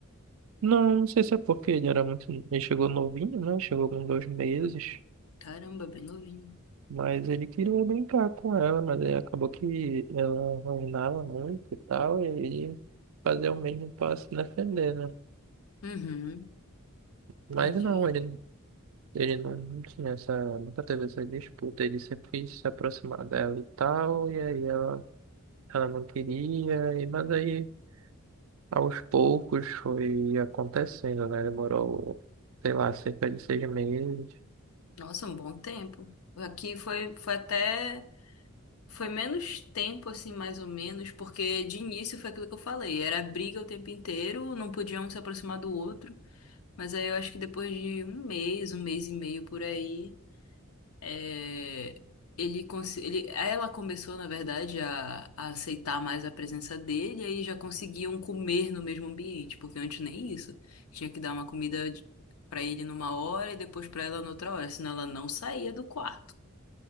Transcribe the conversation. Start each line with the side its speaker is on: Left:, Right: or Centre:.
Right: Não, não sei se é porque ele era muito. Ele chegou novinho, né? Chegou com dois meses.
Left: Caramba, bem novinho.
Right: Mas ele queria brincar com ela, mas aí acabou que ela rosnava muito e tal, e ele fazia o mesmo para se defender, né?
Left: Uhum,
Right: Mas
Left: entendi.
Right: não, ele, ele não, não tinha essa, nunca teve essa disputa, ele sempre quis se aproximar dela e tal, e aí ela, ela não queria, e, mas aí aos poucos foi acontecendo, né? Demorou, sei lá, cerca de seis meses,
Left: Nossa, um bom tempo. Aqui foi, foi até. Foi menos tempo, assim, mais ou menos, porque de início foi aquilo que eu falei, era briga o tempo inteiro, não podia um se aproximar do outro, mas aí eu acho que depois de um mês, um mês e meio por aí, é, ele, cons- ele, ela começou, na verdade, a, a aceitar mais a presença dele, e aí já conseguiam comer no mesmo ambiente, porque antes nem isso, tinha que dar uma comida de- pra ele numa hora e depois pra ela noutra hora, senão ela não saía do quarto.